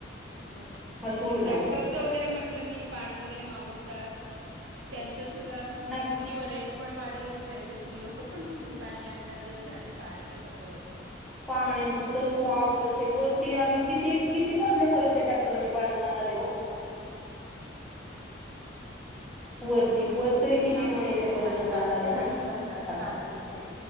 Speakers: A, on the right; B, in the centre.
A: हो नाही
B: असं
A: नाही
B: होणार
A: ट्रॅक्टरच
B: आहे
A: वगैरे म्हटलं मी पाणी वगैरे मागवतात त्यांचं सुद्धा
B: नाही
A: किती वर आहे पण वाढेल त्याशिवाय ती लोकं पण कुठून पाणी आणतात देव जाणे पाणी ते कसं असतं
B: पाण्याच तर खूप अवघडच आहे वरती आणि किती किती मजल्यापर्यंत ट्रॅक्टरने पाणी जाणार आहे हो
A: <inaudible>
B: वरती वर तरी
A: नाही नाही,
B: कितीमा
A: तांबे
B: याच्यापर्यंत
A: वगैरे खाली खालच्या
B: जाणार आहे
A: साईडच्या
B: ना
A: घालतात
B: आता
A: टाकीमध्ये